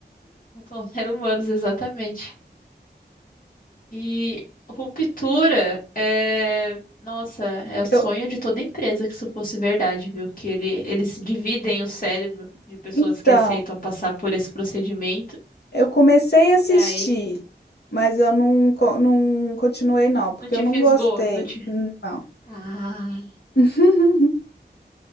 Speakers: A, on the left; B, on the left.
A: Controlar <laughs> humanos, exatamente. E ruptura é. Nossa, é o sonho
B: Eu,
A: de toda empresa que isso fosse verdade, viu? Que ele, eles dividem o cérebro de pessoas
B: então,
A: que aceitam passar por esse procedimento.
B: eu comecei
A: E
B: a assistir,
A: aí,
B: mas eu não, co- não continuei, não, porque
A: não te
B: eu não
A: fisgou,
B: gostei.
A: não te...
B: Não.
A: Ah.
B: <laughs>